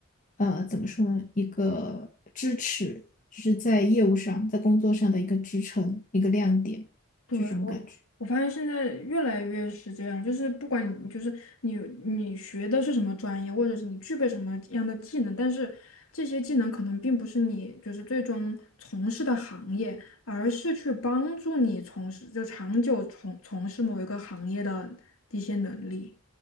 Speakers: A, on the left; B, on the left.
A: 呃，怎么说呢，一个支持，就是在业务上，在工作上的一个支撑，一个亮点，
B: 对，
A: 这种感觉。
B: 我我发现现在越来越是这样，就是不管你就是你你学的是什么专业，或者是你具备什么样的技能，但是这些技能可能并不是你就是最终从事的行业，而是去帮助你从事就长久从从事某一个行业的一些能力。